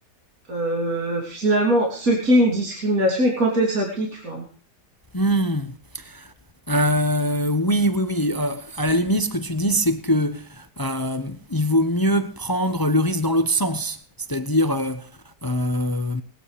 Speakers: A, on the right (about 50°); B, on the left (about 20°).
A: heu, finalement ce qu'est une discrimination et quand elle s'applique? Enfin
B: Hmm. Euh, oui, oui, oui. Euh, à la limite, ce que tu dis, c'est que euh, il vaut mieux prendre le risque dans l'autre sens. C'est-à-dire, euh, euh,